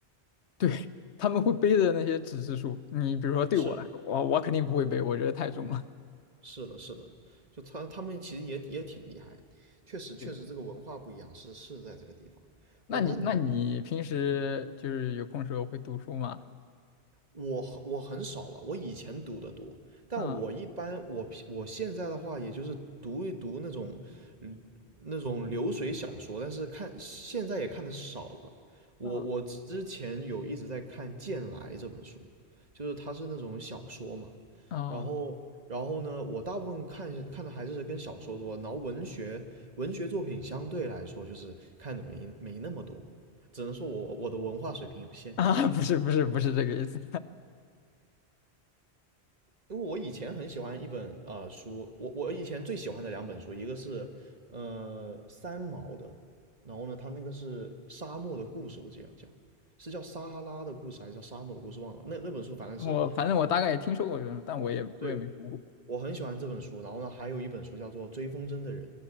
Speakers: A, on the left; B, on the right.
A: <laughs> 对，他们会背的那些纸质书，你比如说对我来说，
B: 是
A: 我我肯定不会背，我觉得太重了。
B: 是的，是的，就他他们其实也也挺厉害，确实确实这个文化不一样，
A: 对，<laughs>
B: 是是在这个地方。
A: 那你那你平时就是有空时候会读书吗？
B: 我那你。嗯。我我很少了，我以前读的多，但我一般我我现在的话，
A: 啊
B: 也就是读一读那种嗯那种流水小说，但是看现在也看的少了。我我之前有一直在看《剑来》这本书，
A: 啊
B: 就是它是那种小说嘛，
A: 啊
B: 然后然后呢，我大部分看看的还是跟小说多，然后文学文学作品相对来说就是看的没没那么多，只能说我我的文化水平有限。
A: <laughs> 啊！不是不是不是这个意思，
B: 因为我以前很喜欢一本啊、呃书，我我以前最喜欢的两本书，一个是呃三毛的，然后呢，他那个是《沙漠的故事》，我记得叫是叫《撒哈拉的故事》还是叫《沙漠的故事》忘了。那那本书反正是
A: <laughs> 我反正我大概也听说过这种，但我也我也没读过。
B: 对我很喜欢这本书，然后呢，还有一本书叫做《追风筝的人》，